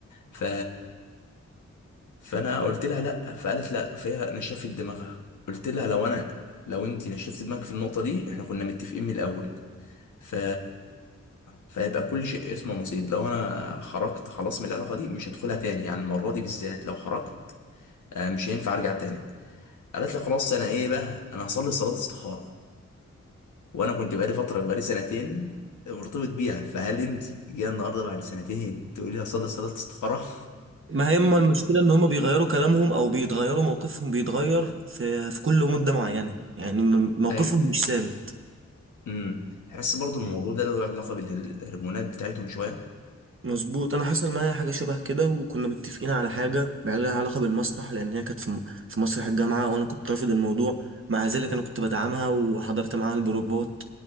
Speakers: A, on the left; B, on the right.
A: ف فانا قلت لها لا فقالت لا فهي نشفت دماغها قلت لها لو انا لو انت نشفت دماغك في النقطه دي احنا كنا متفقين من الاول ف فيبقى كل شيء اسمه نصيب لو انا خرجت خلاص من العلاقه دي مش هدخلها تاني يعني المره دي بالذات لو خرجت آه، مش هينفع ارجع تاني قالت لي خلاص انا ايه بقى انا هصلي صلاه استخاره وانا كنت بقالي فتره بقالي سنتين مرتبط بيها فهل انت جايه النهارده بعد سنتين تقولي لي هصلي صلاه استخاره
B: ما هي اما المشكله ان هم بيغيروا كلامهم او بيتغيروا موقفهم بيتغير في في كل مده معينه يعني م- موقفهم
A: <laughs> ايوه
B: مش ثابت
A: امم تحس برضو الموضوع ده له علاقة بالهرمونات بتاعتهم شوية
B: مظبوط انا حصل معايا حاجه شبه كده وكنا متفقين على حاجه بقى لها علاقه بالمسرح لان هي كانت في م- في مسرح الجامعه وانا كنت رافض الموضوع مع ذلك انا كنت بدعمها وحضرت معاها البروفات